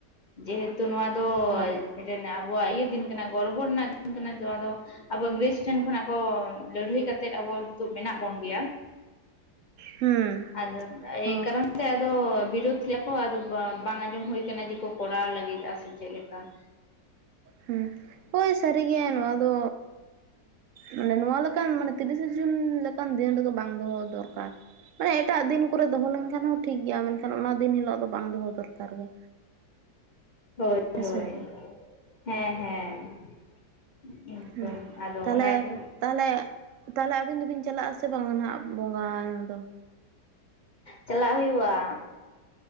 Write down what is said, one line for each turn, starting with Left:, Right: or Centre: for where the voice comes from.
Left: ᱡᱮᱦᱮᱛᱩ ᱱᱚᱣᱟ ᱫᱚ
Right: ᱦᱳᱭ
Left: ᱢᱤᱫᱴᱮᱱ ᱟᱵᱚᱣᱟᱜ ᱤᱭᱟᱹ ᱫᱤᱱ ᱠᱟᱱᱟ ᱜᱚᱨᱵᱚ ᱨᱮᱱᱟᱜ ᱫᱤᱱ ᱠᱟᱱᱟ ᱡᱟᱦᱟᱸ ᱫᱚ ᱟᱵᱚ ᱤᱝᱨᱮᱡᱽ ᱴᱷᱮᱱ ᱠᱷᱚᱱᱟᱜ ᱛᱚ ᱞᱟᱹᱲᱦᱟᱹᱭ ᱠᱟᱛᱮᱫ ᱟᱵᱚ ᱱᱤᱛᱚᱜ ᱢᱮᱱᱟᱜ ᱵᱚᱱ ᱜᱮᱭᱟ,
Right: ᱦᱩᱸ
Left: ᱟᱫᱚ ᱮᱭ
Right: ᱦᱳᱭ
Left: ᱠᱟᱨᱚᱱ ᱛᱮ ᱟᱫᱚ ᱵᱤᱨᱩᱫᱽ ᱞᱮᱜ-ᱟ ᱟᱫᱚ ᱵᱟᱝ ᱟᱸᱡᱚᱢ ᱦᱩᱭ ᱠᱟᱱᱟ ᱡᱮᱠᱚ ᱠᱚᱨᱟᱣ ᱞᱟᱜᱤᱫ-ᱟ ᱥᱮ ᱪᱮᱫ ᱞᱮᱠᱟ
Right: ᱦᱩ ᱦᱳᱭ ᱥᱟᱹᱨᱤᱜᱮ ᱱᱚᱣᱟ ᱫᱚ ᱢᱟᱱᱮ ᱱᱚᱣᱟ ᱞᱮᱠᱟᱱ ᱢᱟᱱᱮ ᱛᱤᱨᱤᱥᱮ ᱡᱩᱱ ᱞᱮᱠᱟᱱ ᱫᱤᱱ ᱨᱮᱫᱚ ᱵᱟᱝ ᱫᱚᱦᱚ ᱫᱚᱨᱠᱟᱨ ᱢᱟᱱᱮ ᱮᱴᱟᱜ ᱫᱤᱱ ᱠᱚᱨᱮ ᱫᱚᱦᱚ ᱞᱮᱱᱠᱷᱟᱱ ᱦᱚᱸ ᱴᱷᱤᱠ ᱜᱮᱭᱟ ᱢᱮᱱᱠᱷᱟᱱ ᱚᱱᱟ ᱫᱤᱱ ᱦᱤᱞᱳᱜ ᱫᱚ ᱵᱟᱝ ᱫᱚᱦᱚ ᱫᱚᱨᱠᱟᱨ ᱜᱮ᱾
Left: ᱦᱳᱭ
Right: ᱦᱮᱸᱥᱮ
Left: ᱦᱳᱭ ᱦᱮᱸ ᱦᱮᱸ ᱮᱠᱫᱚᱢ
Right: ᱦᱩᱸ
Left: ᱟᱫᱚ
Right: ᱛᱟᱦᱞᱮ
Left: ᱚᱱᱟᱜᱮ
Right: ᱛᱟᱦᱞᱮ ᱛᱟᱦᱞᱮ ᱟᱹᱵᱤᱱ ᱫᱩᱵᱤᱱ ᱪᱟᱞᱟᱜ-ᱟ ᱥᱮ ᱵᱟᱝ ᱱᱟᱜᱦ ᱵᱚᱸᱜᱟ ᱫᱚ
Left: ᱪᱟᱞᱟᱜ ᱦᱩᱭᱩᱜ-ᱟ᱾